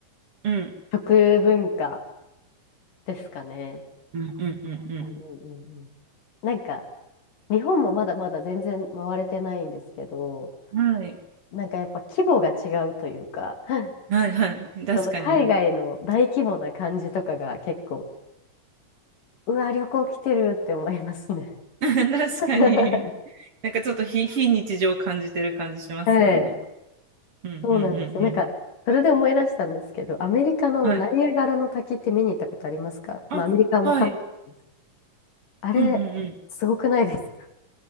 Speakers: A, on the right (about 45°); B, on the left (about 75°).
A: うんうん
B: 食文化ですかね。
A: うんうんうん
B: うんうんうんうん。なんか、日本もまだまだ全然回れてないんですけど、
A: うんはい
B: なんかやっぱ規模が違うというか、<laughs>
A: はいはい確かに
B: その海外の大規模な感じとかが結構、うわ、旅行来てるって思いますね。
A: <laughs> 確かに
B: <laughs>
A: なんかちょっと非、非日常を感じてる感じしますよね。
B: はい。
A: うんうんうん
B: そうなんですよ。なんか、
A: うん。
B: それで思い出したんですけど、アメリカのナイアガラの滝って見に行ったことありますかまあ、
A: はい。あ、
B: アメリカもカナダもです
A: はい。
B: あれ、
A: うんうんうん。
B: すごくないですか